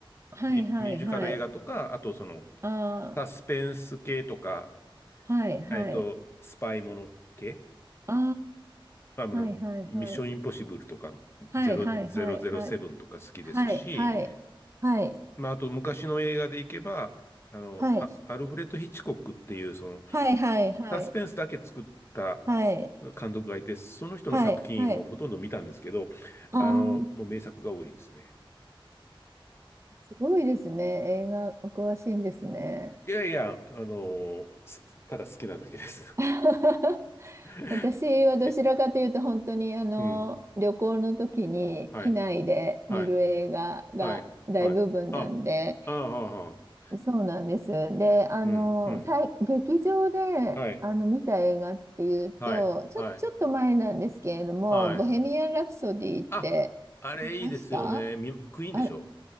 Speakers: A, on the right; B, on the left.
A: はい、
B: ミュ、
A: はい、
B: ミュージカル映画とか、
A: はい。
B: あと、その、
A: あ
B: サスペンス系とか、
A: あ、はい、はい。
B: えっと、スパイもの系、
A: あ
B: まあ、あの、
A: あ、はい、はい、
B: ミッションインポッシブルとか、
A: はい。はい、
B: 007とか好きですし、
A: はい、はい、はい。はい、はい。はい
B: まあ、あと、昔の映画でいけば、あの、
A: はい。
B: あアルフレッド・ヒッチコックっていう、その、
A: はいはいはい。
B: サスペンスだけ作った
A: はい。
B: 監督がいて、その人の作品もほとんど見たんですけど、
A: はい。はい。ああ、
B: あの、もう名作が多いですね。
A: すごいですね。映画お詳しいんですね。
B: いやいや、あの、すただ好きなだけです。
A: <laughs>
B: <laughs>
A: 私はどちらかというと本当にあの旅行の時に機内で見る映画が大部分なんで、
B: え、うん、はい、はい、はい、はい。あ、ああ、ああ、
A: そうなんです。で、あの、
B: うん、うん、
A: 最劇場であの見た映画っていうと、
B: はい、はい、
A: ちょ、
B: はい、
A: ちょっと前なんですけれども、
B: はい。
A: ボヘミアン・ラプソディって見ました
B: あ、あれいいですよね。みクイーンでしょ
A: あ、